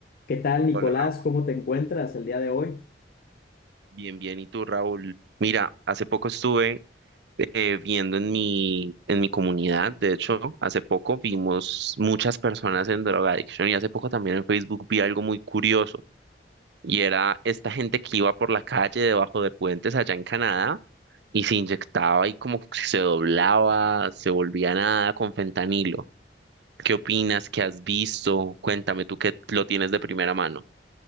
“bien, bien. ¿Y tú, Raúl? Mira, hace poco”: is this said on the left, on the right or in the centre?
Right